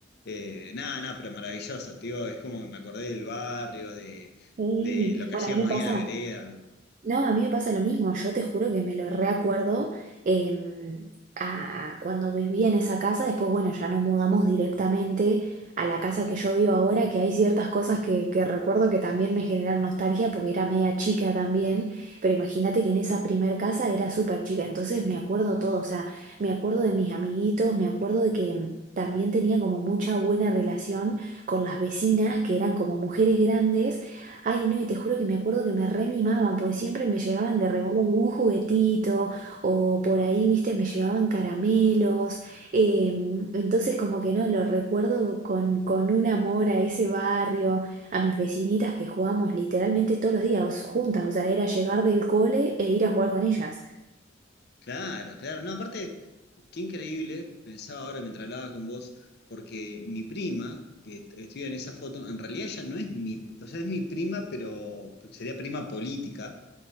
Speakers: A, on the left (about 60°); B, on the right (about 45°).
A: Eh, nada, nada, pero maravilloso, tío, es como que me acordé del barrio, de,
B: Sí.
A: de lo que
B: Bueno,
A: hacíamos
B: a mí me pasa.
A: ahí en la vereda,
B: No, a mí me pasa lo mismo, yo te juro que me lo reacuerdo em, a, a cuando vivía en esa casa, después bueno, ya nos mudamos directamente a la casa que yo vivo ahora, que hay ciertas cosas que, que recuerdo que también me generan nostalgia porque era media chica también, pero imagínate que en esa primer casa era súper chica, entonces me acuerdo todo, o sea, me acuerdo de mis amiguitos, me acuerdo de que... em, También tenía como mucha buena relación con las vecinas, que eran como mujeres grandes Ay, no, y te juro que me acuerdo que me re mimaban, porque siempre me llevaban de regalo algún juguetito, o por ahí, viste, me llevaban caramelos. eh, entonces, como que no, lo recuerdo con, con un amor a ese barrio, a mis vecinitas que jugábamos literalmente todos los días juntas, o sea, era llegar del cole e ir a jugar con ellas.
A: Claro, claro. No, aparte, qué increíble, pensaba ahora mientras hablaba con vos, porque mi prima, que est- estudia en esa foto, en realidad ella no es mi, o sea, es mi prima, pero sería prima política,